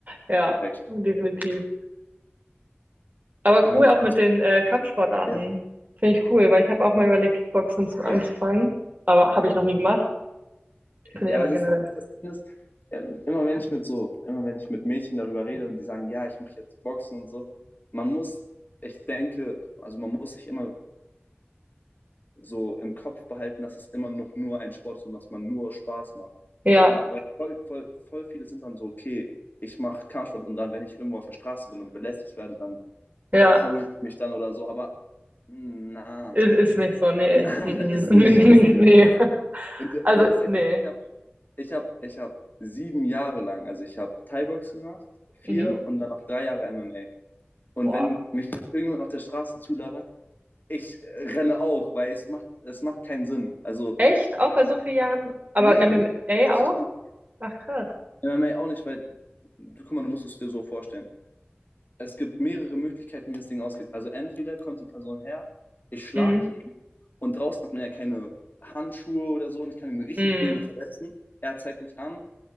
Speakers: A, on the right (about 40°); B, on the left (about 45°).
A: Ja,
B: Perfekt.
A: definitiv. Aber
B: Ja,
A: cool
B: Und
A: auch mit den äh, Kampfsportarten.
B: ja,
A: Finde ich cool, weil ich habe auch mal überlegt, Kickboxen zu anzufangen.
B: ja,
A: Aber habe
B: ja.
A: ich noch nie gemacht. Finde
B: Ja,
A: ich aber
B: also
A: generell.
B: das Ding ist, das Ding ist ähm, immer wenn ich mit so, immer wenn ich mit Mädchen darüber rede und die sagen, ja, ich mache jetzt Boxen und so, man muss, ich denke, also man muss sich immer so im Kopf behalten, dass es immer noch nur ein Sport ist und dass man nur Spaß macht.
A: Ja,
B: Weil voll, voll, voll viele sind dann so, okay, ich mache Kampfsport und dann, wenn ich irgendwo auf der Straße bin und belästigt werde, dann
A: ja.
B: haue ich mich dann oder so. Aber Na,
A: Ist, ist nicht so. Nee.
B: nein,
A: Mm -mm.
B: <laughs> ist
A: <laughs> Nee,
B: nicht,
A: nee,
B: ist nicht.
A: nee.
B: Und,
A: Also,
B: und das sage
A: nee.
B: ich, ich habe ich hab, ich hab sieben Jahre lang, also ich habe Thai-Box gemacht, vier
A: Mhm.
B: und dann noch drei Jahre MMA. Und
A: Boah.
B: wenn mich jetzt irgendjemand auf der Straße zulabert, ich äh, renne auch, weil es macht, es macht keinen Sinn. Also,
A: Echt? Auch bei so vielen Jahren? Aber
B: nee,
A: MMA
B: nee, tatsächlich
A: auch?
B: nicht.
A: Ach, krass.
B: MMA auch nicht, weil, du, guck mal, du musst es dir so vorstellen. es gibt mehrere Möglichkeiten, wie das Ding ausgeht. Also entweder kommt die Person her, ich schlag
A: Mhm.
B: ihn und draußen hat man ja keine Handschuhe oder so und ich kann ihn richtig
A: Mhm.
B: böse verletzen. Er zeigt mich an,